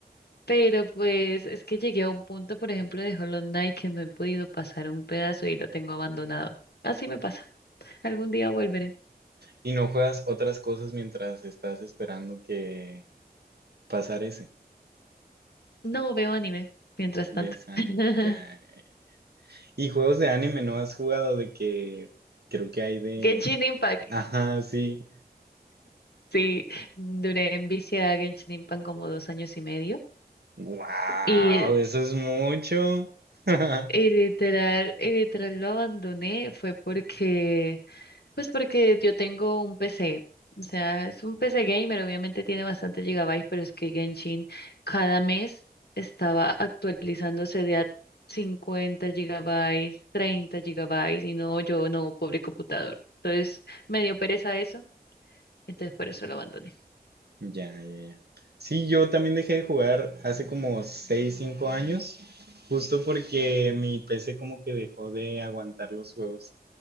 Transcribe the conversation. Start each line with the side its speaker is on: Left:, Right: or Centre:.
Left: Pero pues es que llegué a un punto, por ejemplo, de Hollow Knight que no he podido pasar un pedazo y lo tengo abandonado. Así me pasa. Algún día volveré.
Right: Y no juegas otras cosas mientras estás esperando que pasar ese.
Left: No veo anime, mientras
Right: ¿Ves
Left: tanto.
Right: anime?
Left: <laughs>
Right: Ya. eh. Y juegos de anime no has jugado de que creo que hay de...
Left: Genshin Impact.
Right: Ajá, sí.
Left: Sí, duré en vicio a Genshin Impact como dos años y medio.
Right: ¡Wow!
Left: Y, eh,
Right: Eso es mucho. <laughs>
Left: y literal, y literal lo abandoné fue porque Pues porque yo tengo un PC, o sea, es un PC gamer, obviamente tiene bastantes gigabytes, pero es que Genshin cada mes estaba actualizándose de a 50 gigabytes, 30 gigabytes, y no, yo no, pobre computador. Entonces me dio pereza eso, entonces por eso lo abandoné.
Right: Ya, ya, ya. Sí, yo también dejé de jugar hace como 6, 5 años, justo porque mi PC como que dejó de aguantar los juegos.